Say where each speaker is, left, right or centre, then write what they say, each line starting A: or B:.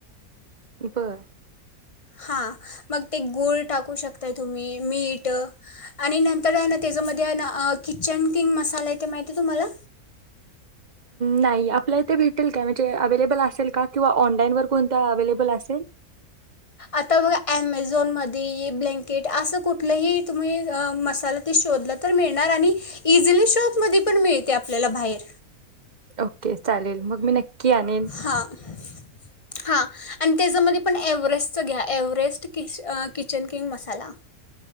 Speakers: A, on the right; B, on the left.
A: बर.
B: हां, मग ते गुळ टाकू शकताय तुम्ही मीठ, आणि नंतर आहे ना त्याच्यामध्ये आहे ना आं किचन किंग मसाले ते माहिती तुम्हाला?
A: नाही, आपल्या इथे भेट भेटेल काय, चे अवेलेबल असेल का? किंवा ऑनलाईन वर कोणत्या अवेलेबल असेल?
B: आता बघा ऍमेझॉनमध्ये ब्लँकेट असं कुठलंही तुम्ही अं मसाला ते शोधला तर मिळणार, आणि इझिली शॉपमध्ये पण मिळते आपल्याला बाहेर.
A: ओके चालेल, मग मी नक की आणेन.
B: हां हां, आणि तेज्यामध्ये पण एव्हरेस्टचं घ्या, एव्हरेस्ट किच अं किचन किंग मसाला.